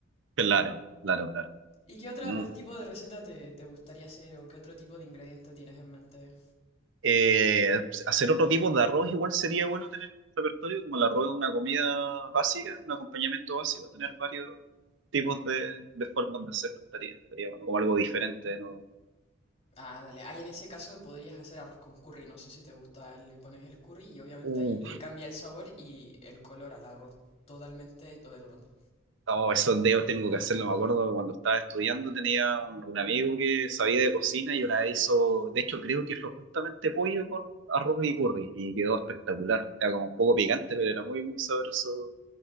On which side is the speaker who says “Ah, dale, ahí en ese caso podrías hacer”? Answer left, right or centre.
Left